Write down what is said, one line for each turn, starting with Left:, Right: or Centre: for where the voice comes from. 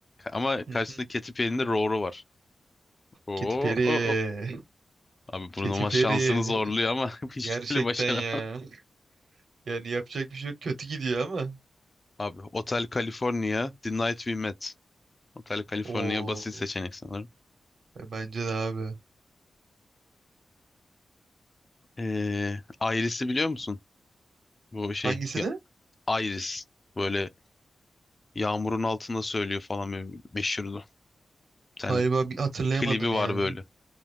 Left: ama karşısında
Right: Hı hı.
Left: Katy Perry'nin de Roar'u var. Oo,
Right: Katy Perry.
Left: oo, oo. Abi Bruno
Right: Katy
Left: Mars
Right: Perry.
Left: şansını zorluyor ama <laughs> hiçbir
Right: Gerçekten
Left: türlü başaramaz.
Right: ya. Yani yapacak bir şey yok. Kötü gidiyor ama.
Left: Abi Hotel California, The Night We Met. Hotel California
Right: Oo.
Left: basit seçenek sanırım.
Right: e, Bence de abi.
Left: Ee, Iris'i biliyor musun? Bu şey
Right: Hangisini?
Left: ya- Iris böyle yağmurun altında söylüyor falan böyle meşhurdu. Bir tane
Right: Galiba bir hatırlayamadım
Left: klibi
Right: ya.
Left: var böyle.